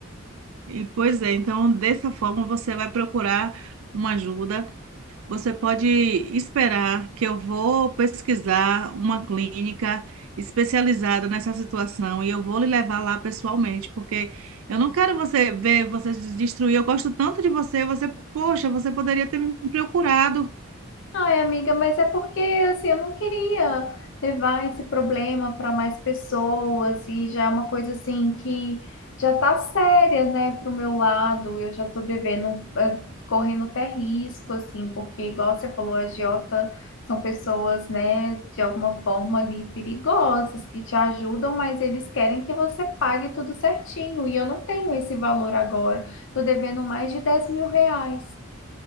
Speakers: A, on the right (about 75°); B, on the left (about 60°).
A: E, pois é, então dessa forma você vai procurar uma ajuda. Você pode esperar que eu vou pesquisar uma clínica especializada nessa situação e eu vou lhe levar lá pessoalmente, porque eu não quero você ver você se destruir. Eu gosto tanto de você, você, poxa, você poderia ter me procurado.
B: Ai, amiga, mas é porque assim, eu não queria levar esse problema para mais pessoas e já é uma coisa assim que já tá séria, né, pro meu lado. Eu já tô devendo, eh, correndo até risco, assim, porque igual você falou, agiota são pessoas, né, de alguma forma ali perigosas que te ajudam, mas eles querem que você pague tudo certinho e eu não tenho esse valor agora. Tô devendo mais de 10 mil reais.